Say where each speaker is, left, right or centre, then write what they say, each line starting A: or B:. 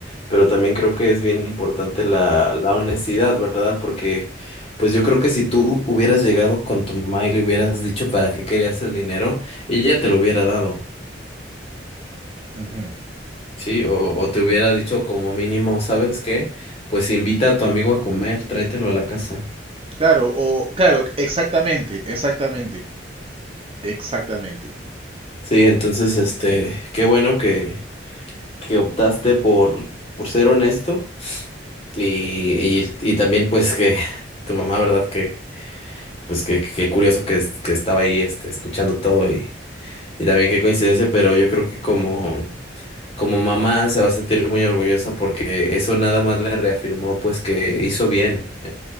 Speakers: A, on the left (about 35°); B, on the right (about 30°).
A: Pero también creo que es bien importante la, la honestidad, ¿verdad? Porque pues yo creo que si tú hubieras llegado con tu mamá y le hubieras dicho para qué querías el dinero, ella te lo hubiera dado.
B: Ujú,
A: Sí,
B: ujú.
A: o, o te hubiera dicho como mínimo, ¿sabes qué? Pues invita a tu amigo a comer, tráetelo a la casa.
B: Claro, o claro, exactamente, exactamente, exactamente,
A: Sí, entonces, este, qué bueno que, que optaste por, por ser honesto y, y, y también pues que <laughs> tu mamá, ¿verdad? Que, pues que, que curioso que, es- que estaba ahí, este, escuchando todo y, y también qué coincidencia, pero yo creo que como, como mamá se va a sentir muy orgullosa porque eso nada más le reafirmó pues que hizo bien